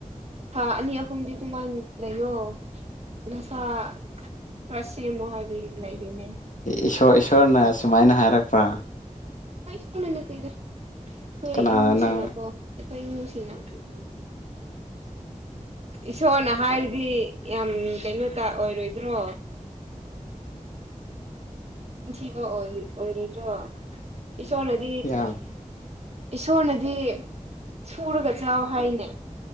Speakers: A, on the right; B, on the left.
A: ꯊꯥ ꯑꯅꯤ ꯑꯍꯨꯝꯗꯤ ꯑꯗꯨꯃꯥꯟ ꯂꯩꯌꯣ ꯅꯁꯥ ꯈꯔ ꯁꯦꯝꯃꯣ ꯍꯥꯏꯕꯩ ꯂꯩꯔꯤꯅꯦ
B: ꯏꯁꯣꯔ ꯏꯁꯣꯔꯅ ꯁꯨꯃꯥꯏꯅ ꯍꯥꯏꯔꯛꯄ꯭ꯔꯥ
A: ꯏꯁꯣꯔꯅ ꯅꯠꯇꯦꯗ ꯑꯩꯈꯣꯏ
B: ꯀꯅꯥꯅꯅꯣ
A: ꯏꯃꯨꯡꯁꯤꯡꯅꯀꯣ ꯑꯩꯈꯣꯏ ꯏꯃꯨꯡꯁꯤꯡꯅ ꯏꯁꯣꯔꯅ ꯍꯥꯏꯔꯗꯤ ꯌꯥꯝ ꯀꯩꯅꯣꯇꯧ ꯑꯣꯏꯔꯣꯏꯗ꯭ꯔꯣ ꯆꯤꯟꯊꯤꯕ ꯑꫭꯏ ꯑꯣꯏꯔꯣꯏꯗ꯭ꯔꯣ ꯏꯁꯣꯔꯅꯗꯤ
B: ꯌꯥꯝ
A: ꯏꯁꯣꯔꯅꯗꯤ ꯁꯨꯔꯒ ꯆꯥꯎ ꯍꯥꯏꯅꯦ